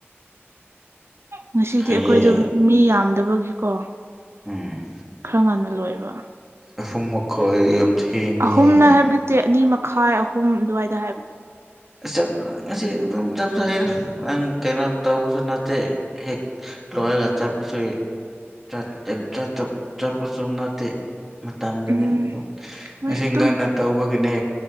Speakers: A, on the right; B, in the centre.
A: ꯉꯁꯤꯗꯤ
B: ꯐꯩꯌꯦ
A: ꯑꯩꯈꯣꯏꯗꯣ ꯃꯤ ꯌꯥꯝꯗꯕꯒꯤꯀꯣ
B: ꯎꯝ
A: ꯈꯔ ꯉꯟꯅ ꯂꯣꯏꯕ
B: ꯑꯍꯨꯝ ꯃꯈꯣꯏ ꯊꯦꯡꯅꯤꯌꯦ
A: ꯑꯍꯨꯝꯅ ꯍꯥꯏꯕ ꯅꯠꯇꯦ ꯑꯅꯤ ꯃꯈꯥꯏ ꯑꯍꯨꯝ ꯑꯗꯨꯋꯥꯏꯗ ꯍꯥꯏꯕꯅꯤ
B: ꯑ ꯆꯠꯂꯔꯣꯏ ꯉꯁꯤ ꯑꯗꯨꯝ ꯆꯠꯈ꯭ꯔꯒꯦꯗ ꯅꯪ ꯀꯩꯅꯣ ꯇꯧꯕꯁꯨ ꯅꯠꯇꯦ ꯍꯦꯛ ꯍꯣꯏꯅ ꯆꯠꯄꯁꯨꯒꯤ <unintelligible> ꯆꯠꯄꯁꯨ ꯅꯠꯇꯦ ꯃꯇꯝꯗꯗꯤ
A: ꯎꯝ ꯍꯣꯏ
B: ꯉꯁꯤ
A: ꯑꯗꯨꯝ
B: ꯉꯟꯅ ꯇꯧꯕꯒꯤ ꯅꯦ